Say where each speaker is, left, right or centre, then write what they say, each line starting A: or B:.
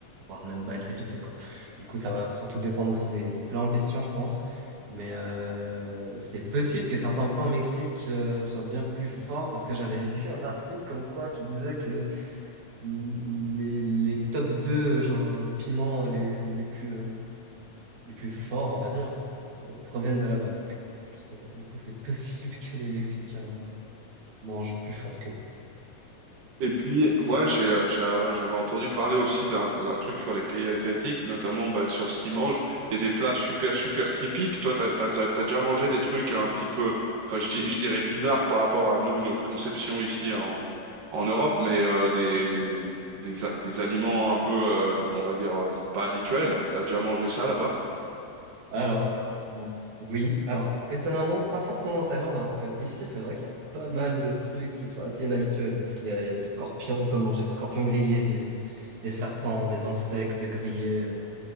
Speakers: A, on the right (about 65°); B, on the right (about 75°).
A: voire même pas être épicés, quoi. Du coup, ça va surtout dépendre aussi des, des plats en question, je pense. Mais euh, c'est possible que certains plats au Mexique euh, soient bien plus forts, parce que j'avais vu un article comme quoi qui disait que les, les top 2 genre, piments euh, les, les plus... euh, les plus forts, on va dire, euh, proviennent de là-bas. Donc, euh, justement, du coup, c'est <laughs> possible que les Mexicains mangent plus fort que nous.
B: Et puis, moi, j'ai, euh, j'ai- euh, j'avais entendu parler aussi d'un d'un truc sur les pays asiatiques, notamment bah, sur ce qu'ils mangent. Il y a des plats super, super typiques. Toi, t'as, t'as, t'as, t'as déjà mangé des trucs un petit peu, enfin, je, dis- je dirais bizarres par rapport à nous, notre conception ici en, en Europe, mais euh, des, des, des, a- des aliments un peu, euh, on va dire, euh, pas habituels. T'as déjà mangé ça là-bas?
A: Alors, oui. Alors, étonnamment, pas forcément en Thaïlande, alors que ici, c'est vrai qu'il y a pas mal de trucs qui sont assez inhabituels, parce qu'il y a, il y a des scorpions, on peut manger des scorpions grillés, du- des serpents, des insectes grillés. euh,